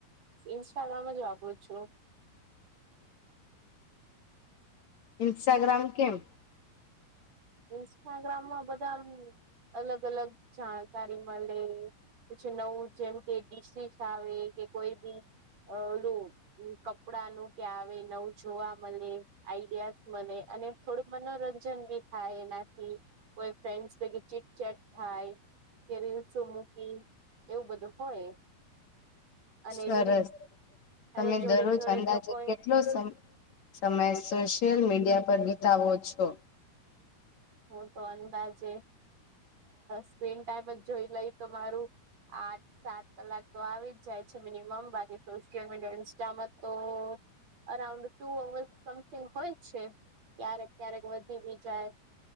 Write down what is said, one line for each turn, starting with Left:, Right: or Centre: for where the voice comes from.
Right: ઇન્સ્ટાગ્રામ જ વાપર છુ.
Left: <inaudible> ઇન્સ્ટાગ્રામ કેમ.
Right: ઇન્સ્ટાગ્રામમાં બધા આમ અલગ અલગ જાણકારી મળે. પછી નવું જેમ કે ડીસીસ આવે કે કોઈ બી અ ઓલુ કપડા નું ક્યાં આવે નવું જોવા મળે આઈડિયાસ મળે અને થોડું મનોરંજન બી થાય એનાથી કોઈ ફ્રેન્ડસ ભેગી ચીટ ચેટ થાય કે રીલસો મૂકી એવું બધું હોય અને
Left: સરસ
Right: રીલ અને
Left: તમે
Right: જોડે
Left: દરરોજ
Right: જોડે
Left: અંદાજે
Right: તો કોઈ
Left: કેટલો સમય સોશિયલ મીડિયા પર વિતાવો છો
Right: હું તો અંદાજે સ્ક્રીન ટાઈમ જ જોઈ લઈ તો મારું આઠ સાત કલાક તો આવી જ જાય છે મિનિમમ બાકી સોશિયલ મીડિયા ઇન્સ્ટામાં તો અરાઉન્ડ ટુ અવર્સ સમથિંગ હોય છે ક્યારેક ક્યારેક વધી બી જાય